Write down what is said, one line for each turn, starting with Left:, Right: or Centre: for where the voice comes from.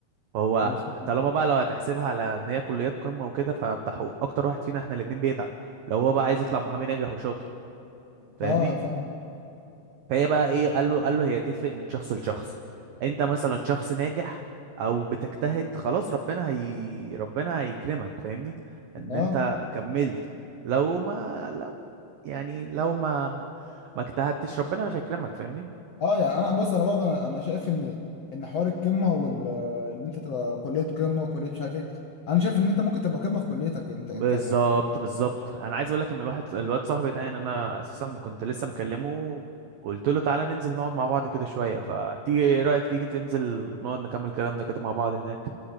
Right: فهو
Left: وخ-
Right: طالما بقى لو هتحسبها على ان هي كليات قمة وكده فبتاع حقوق اكتر واحد فينا احنا الاتنين بيتعب لو هو بقى عايز يطلع محامي ناجح وشاطر فاهمني
Left: اه فاهم
Right: فهي بقى ايه قال له قال له هي تفرق من شخص لشخص انت مثلا شخص ناجح او بتجتهد خلاص ربنا هي ربنا هيكرمك فاهمني ان انت
Left: اه
Right: كملت لو ما لو يعني لو ما ما اجتهدتش ربنا مش هيكرمك فاهمني
Left: اه يعني انا بص انا برضه انا أنا شايف ان ان حوار القمه وال ان انت تبقى كليه قمه وكليه مش عارف ايه انا شايف ان انت ممكن تبقى قمه في كليتك انت
Right: بالظبط
Left: انت
Right: بالظبط انا عايز اقول لك ان الواحد الواد صاحبي ده يعني انا اساسا كنت لسه مكلمه قلت له تعالى ننزل نقعد مع بعض كده شويه فتيجي ايه رايك تيجي تنزل نقعد نكمل كلامنا كده مع بعض هناك